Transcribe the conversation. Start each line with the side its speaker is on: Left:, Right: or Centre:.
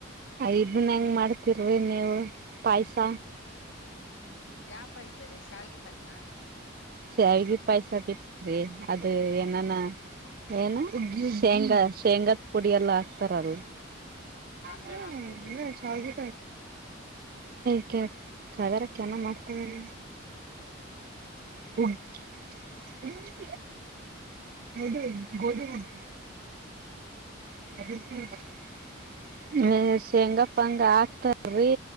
Right: ಇದುನ್ ಹೆಂಗ್ ಮಾಡ್ತಿರಿ ನೀವು ಪಾಯ್ಸ.
Left: ಯಾ ಪಾಯ್ಸ ರೀ ಶಾವ್ಗಿ ಪಾಯ್ಸ.
Right: ಶಾವ್ಗಿ ಪಾಯ್ಸ ಬಿತ್ರೀ ಅದು ಏನಾನ. ಏನು ಶೇಂಗಾ ಶೇಂಗಾದ್ ಪುಡಿ ಎಲ್ಲಾ ಹಾಕ್ತಾರದು.
Left: ಹಂಗಲ್ಲ
Right: ಹ್ಮ್
Left: ಹಾಕಲ್ರಿ
Right: ಹ್ಮ್
Left: ನ
Right: ಶಾವ್ಗಿ. <inaudible> ಹುಗ್. <inaudible> ಹದು ಗೋದಿ ಹುಗ್ಗಿ. <unintelligible> ಹೇ ಶೇಂಗ ಪಂಗ ಹಾಕ್ತಾ ರೀ.